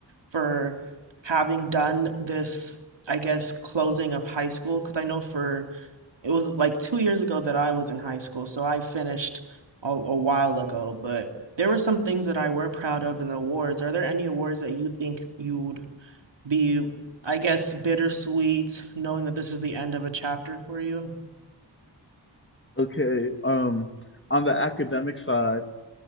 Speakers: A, on the right (about 80°); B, on the left (about 30°).
A: for having done this, I guess, closing of high school? Because I know for it was like two years ago that I was in high school, so I finished a, a while ago, but there were some things that I were proud of in the awards. Are there any awards that you think you would be, I guess, bittersweet, knowing that this is the end of a chapter for you?
B: Okay. Um, on the academic side,